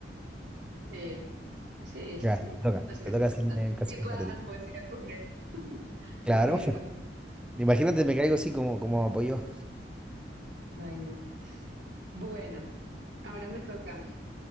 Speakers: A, on the right; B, in the centre.
A: Sí, sí, sí,
B: Ya, te toca,
A: las piernas
B: te toca hacerme
A: están... Y,
B: un caso
A: y
B: hipotético.
A: puede- además puedes ir a correr,
B: Claro,
A: correr,
B: <laughs>
A: caminar.
B: imagínate, me caigo así como, como apoyo.
A: Ay, no. Bueno, ahora me toca a mí.